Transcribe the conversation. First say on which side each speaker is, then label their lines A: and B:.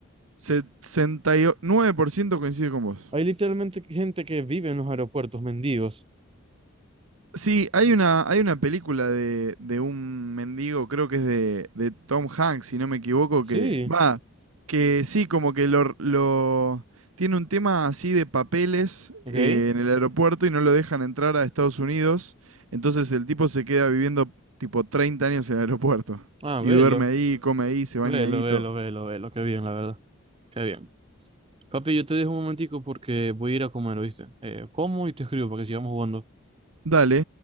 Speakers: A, on the right; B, on the right.
A: sesenta y nueve por ciento coincide con vos.
B: hay literalmente gente que vive en los aeropuertos, mendigos.
A: Sí, hay una, hay una película de, de un mendigo, creo que es de, de Tom Hanks, si no me equivoco,
B: Sí.
A: que va, que sí, como que lo, lo- tiene un tema así de papeles
B: Ok.
A: eh, en el aeropuerto y no lo dejan entrar a Estados Unidos. Entonces el tipo se queda viviendo tipo 30 años en el aeropuerto
B: Ah,
A: y
B: velo.
A: duerme ahí, come ahí, se baña
B: Velo,
A: ahí, y
B: velo,
A: todo.
B: velo, velo. Qué bien, la verdad. Qué bien. Papi, yo te dejo un momentico porque voy a ir a comer, ¿oíste? Eh, como y te escribo para que sigamos jugando.
A: Dale.